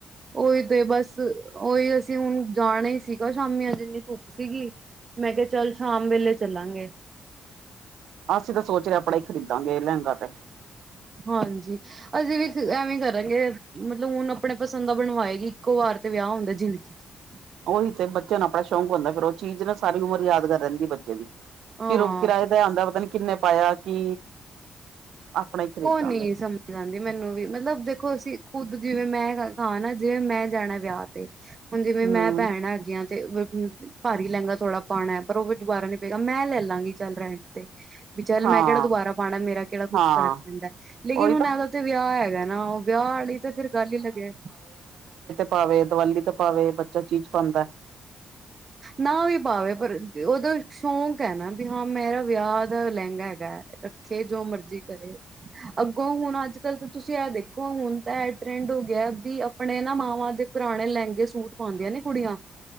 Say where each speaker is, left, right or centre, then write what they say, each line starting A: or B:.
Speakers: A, on the right (about 45°); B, on the right (about 80°).
A: ਕੋਈ ਤੇ ਬਸ ਉਹੀ ਅਸੀਂ ਹੁਣ ਜਾਣਾ ਹੀ ਸੀਗਾ ਖਾਮੀਆਂ ਜਿੰਨੀ ਭੁੱਖ ਸੀਗੀ ਮੈਂ ਕਿਹਾ ਚੱਲ ਸ਼ਾਮ ਵੇਲੇ ਚੱਲਾਂਗੇ
B: ਅਸੀ ਤੇ ਸੋਚ ਰਹੇ ਹਾ ਅਪਣਾ ਹੀ ਖਰੀਦਾਗੇ ਲਹਿੰਗਾ ਤੇ
A: ਹਾਂਜੀ ਅਸੀਂ ਵੀ ਐਵੇਂ ਕਰਾਂਗੇ ਮਤਲਬ ਹੁਣ ਆਪਣੇ ਪਸੰਦ ਦਾ ਬਣਵਾਏਗੀ ਇੱਕੋ ਵਾਰ ਤੇ ਵਿਆਹ ਹੁੰਦਾ ਜ਼ਿੰਦਗੀ <unintelligible>
B: ਉਹੀ ਤੇ ਬੱਚਿਆਂ ਨੂੰ ਆਪਣੇ ਸ਼ੌਂਕ ਹੁੰਦਾ ਫਿਰ ਉਹ ਚੀਜ਼ ਨਾ ਸਾਰੀ ਉਮਰ ਯਾਦ ਰਹਿ ਜਾਂਦੀ ਹੈ ਬੱਚੇ ਦੀ
A: ਹਾਂ
B: ਫਿਰ ਉਹ ਕਿਰਾਇ ਦਾ ਹੁੰਦਾ ਪਤਾ ਨਿ ਕਿੰਨੇ ਪਾਇਆ ਕਿ ਆਪਣਾ ਹੀ ਖਰੀਦਾਂਗੇ
A: ਉਹ ਨਹੀਂ ਸਮਝ ਆਉਂਦੀ ਮੈਨੂੰ ਵੀ ਮਤਲਬ ਦੇਖੋ ਪੁੱਤ ਜਿਵੇਂ ਮੈਂ ਕਿਹਾ ਨਜੇ ਮੈਂ ਜਾਣਾ ਏ ਵਿਆਹ ਤੇ ਜੀਵੇ
B: ਹਮ
A: ਮੈਂ ਭੈਣ ਆ ਗਈ ਆ ਤੇ ਭਾਰੀ ਲਹਿੰਗਾ ਥੋੜਾ ਪਾਣਾ ਪਰ ਉਹ ਵੀ ਦੁਬਾਰਾ ਨਹੀਂ ਪਏਗਾ ਮੈਂ ਲੈ ਲਾਂਗੀ ਚੱਲ ਰੈਂਟ ਤੇ ਚਲ
B: ਹਾਂ
A: ਮੈਂ ਕਿਹੜਾ ਦੁਬਾਰਾ ਪਾਣਾ ਮੇਰਾ ਕਿਹੜਾ ਕੁਛ
B: ਹਾਂ
A: ਫ਼ਰਕ ਲੇਕਿਨ
B: ਉਹੀ
A: ਹੁਣ
B: ਤਾਂ
A: ਆਜ ਉਥੇ ਵਿਆਹ ਹੈਗਾ ਨਾ ਵਿਆਹ ਵਾਲੀ ਤਾਂ ਫਿਰ ਗੱਲ ਹੀ ਅਲੱਗ ਹੈ
B: ਭਾਵੇ ਦਿਵਾਲੀ ਤੇ ਪਾਵੇ ਬੱਚਾ ਚੀਜ਼ ਪਾਂਦਾ ਏ
A: ਨਾ ਵੀ ਪਾਵੇ ਪਰ ਉਦੋਂ ਸ਼ੌਂਕ ਹੈ ਨਾ ਹਾਂ ਮੇਰਾ ਵਿਆਹ ਦਾ ਲਹਿੰਗਾ ਹੈਗਾ ਰੱਖੇ ਜੋ ਮਰਜ਼ੀ ਕਰੇ ਅੱਗੋਂ ਹੁਣ ਅੱਜ ਕਲ ਤਾ ਤੁਸੀਂ ਇਹ ਦੇਖੋ ਹੁਣ ਤਾਂ ਟਰੈਂਡ ਹੋ ਗਿਆ ਵੀ ਆਪਣੇ ਨਾ ਮਾਵਾਂ ਦੇ ਪੁਰਾਣੇ ਲੈਂਗੇ ਸੂਟ ਪੈਂਦੇ ਏ ਕੁੜੀਆਂ